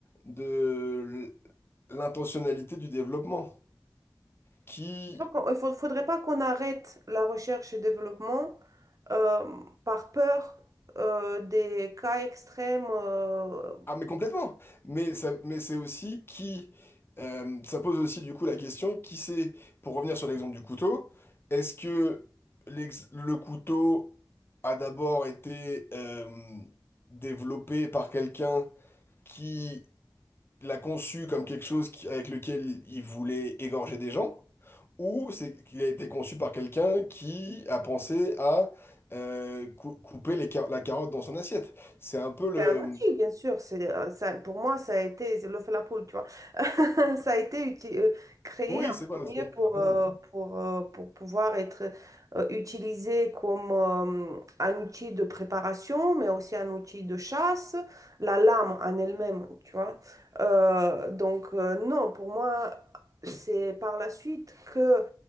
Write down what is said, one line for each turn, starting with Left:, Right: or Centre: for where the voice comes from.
Left: de l'intentionnalité du développement. Qui...
Right: Donc, on- il ne faudrait pas qu'on arrête la recherche et développement euh, par peur euh, des cas extrêmes. euh.
Left: Ah mais complètement. Mais ça... mais c'est aussi qui... euh, ça pose aussi du coup la question qui c'est, pour revenir sur l'exemple du couteau, est-ce que l'ex- le couteau a d'abord été euh, développé par quelqu'un qui il l'a conçu comme quelque chose qui- avec lequel il voulait égorger des gens, ou c'est qu'il a été conçu par quelqu'un qui a pensé à euh, cou- couper les car- la carotte dans son assiette. C'est un peu le...
Right: c'est un outil, bien sûr. C'est, euh, ça, pour moi, ça a été c'est l'œuf et la poule, tu vois. <laughs> Ça a été uti- euh, créé
Left: Oui,
Right: en
Left: c'est bon
Right: premier
Left: aussi.
Right: pour,
Left: T'as raison.
Right: euh, pour, euh, pour pouvoir être euh, utilisé comme euh, un outil de préparation, mais aussi un outil de chasse, la lame en elle-même, tu vois. Euh, donc, euh, non, pour moi, c'est par la suite que